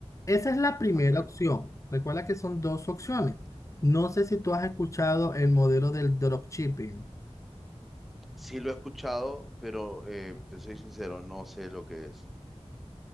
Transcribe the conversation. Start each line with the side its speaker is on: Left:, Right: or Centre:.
Left: Esa es la primera
Centre: Ok.
Left: opción. Recuerda que son dos opciones. No sé si tú has escuchado el modelo del dropshipping.
Centre: Sí lo he escuchado, pero eh, te soy sincero, no sé lo que es.